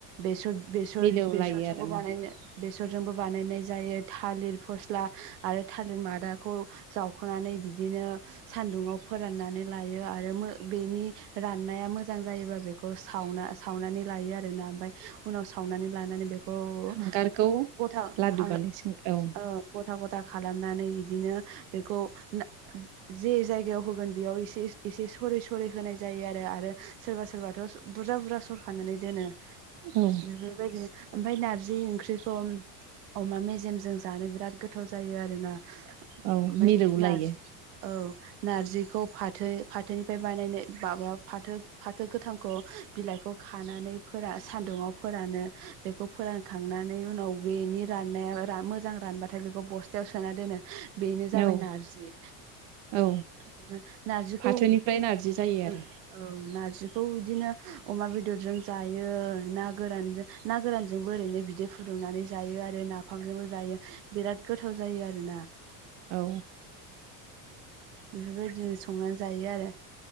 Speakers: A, on the right; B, on the right.
A: बेसर-बेसर-बेसरजोंबो
B: मिलौलायो आरोना
A: बानायनो बेसरजोंबो बानायनाय जायो थालिर फस्ला आरो थालिर मादाखौ जावख'नानै बिदिनो सान्दुंआव फोराननानै लायो आरो मो बेनि राननाया मोजां जायोबा बेखौ सावना सावनानै लायो आरोना ओमफाय उनाव सावनानै लानानै बेख ग
B: हांगारखौ
A: गथा
B: लादु
A: हांओ
B: बानायसिगोन औ
A: ओ गथा गथा खालामनानै इदिनो बेखौ नो जे जायगायाव होगोन बेयाव एसे एसे स सरै सरै होनाय जायो आरो सोरबा सोरबाथ' बुरजा बुरजा सर खानानै दोनो
B: औ
A: बेफोरबायदि ओमफाय नारजि जि ओंख्रिखौ अमा मेजेमजों जानो बिराद गोथाव जायो आरोना
B: औ
A: ओममाय
B: मिलौलायो
A: नारजि औ नारजिखौ फाथो फाथोनिफाय बानायनाय माबा फाथो फाथो गोथांखौ बिलाइखौ खानानै फोरा सान्दुङाव फोरानो बेखौ फोरानखांनानै उनाव बेनि राननाया रा मोजां रानबाथाय बेखौ बस्थायाव सोना दोनो बेनो जाबाय
B: औ
A: नार्जि
B: औ
A: एबो नार्जिखौ
B: फाथोनिफ्राय नारजि जायो
A: ओ
B: आरो
A: औ नारजिखौ बिदिनो अमा बेदरजों जायो ना गोरानजो ना गोरानजोंबो ओरैनो बिदै फुदुंनानै जायो आरो नाफामजोंबो जायो बिराद गोथाव जायो आरोना
B: औ
A: बेफोरबायदिनो संनानै जायो आरो